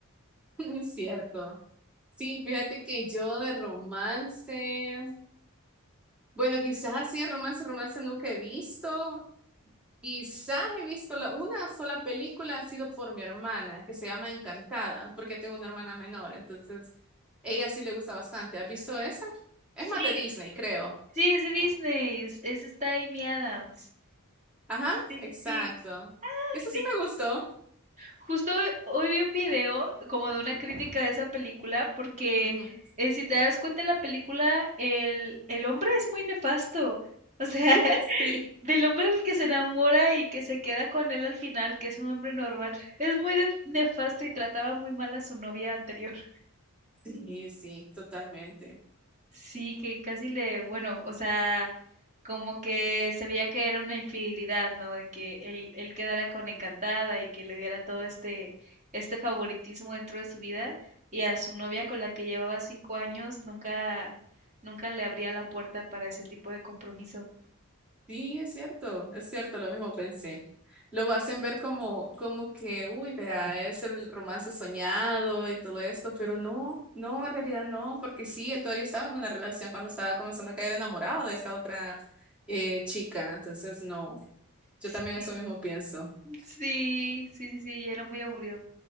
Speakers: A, in the centre; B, on the right (about 35°).
A: <laughs> Es cierto. Sí, fíjate que yo de romance, bueno, quizás así de romance, romance nunca he visto. Quizás he visto la, una sola película, ha sido por mi hermana, que se llama Encantada, porque tengo una hermana menor, entonces ella sí le gusta bastante. ¿Has visto esa? Es
B: Sí,
A: más de Disney, creo.
B: sí, es de Disney, es, es esta Amy Adams.
A: Ajá,
B: Sí,
A: exacto.
B: sí, sí, Ah,
A: Eso
B: sí.
A: sí me gustó.
B: Justo hoy, hoy vi un video como de una crítica de esa película porque
A: Ujú.
B: eh, si te das cuenta en la película, el, el hombre es muy nefasto. O sea,
A: <laughs>
B: <laughs>
A: Sí,
B: Del hombre del que se enamora y que se queda con él al final, que es un hombre normal, es muy def- nefasto y trataba muy mal a su novia anterior. <laughs>
A: sí, sí, totalmente.
B: Sí, que casi le, bueno, o sea, como que se veía que era una infidelidad, ¿no? De que él, él quedara con encantada y que le diera todo este, este favoritismo dentro de su vida y a su novia con la que llevaba cinco años nunca, nunca le abría la puerta para ese tipo de compromiso.
A: Sí, es cierto, es cierto, lo mismo pensé. Lo hacen ver como, como que, uy, vea, es el romance soñado y todo esto, pero no, no, en realidad no, porque sí, él todavía estaba en una relación cuando estaba comenzando a caer enamorado de esta otra eh, chica, entonces no, yo
B: Sí,
A: también eso mismo pienso. <laughs>
B: sí, sí, sí, sí, era muy aburrido.